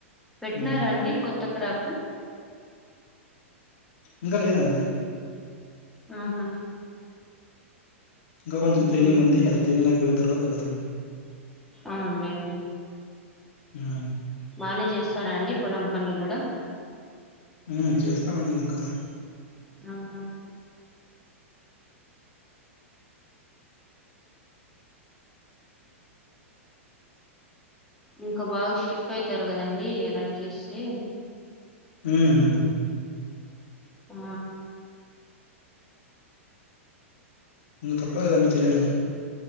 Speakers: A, in the centre; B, on the left.
A: పెట్టినారా
B: మ్మ్
A: అండి కొత్త క్రాపు.
B: ఇంకా లేదండి
A: ఆహా
B: ఇంకా కొంచెం
A: ఉమ్
B: క్లీనింగ్ ఉంది అది క్లీనింగ్ అయిపోయిన తర్వాత పెడతాం
A: అవున్లెండి
B: ఆ
A: బానే చేస్తారా అండి పొలం పనులు కూడా
B: ఉ చేస్తామండి ఇంకా.
A: ఆ హా ఇంకా బాగు స్టిఫ్ అయితారు కదండి ఎలా చేస్తే
B: ఉ ఉ
A: ఆ
B: నువ్వు తప్పుగ కనిపిస్తే చేయవులే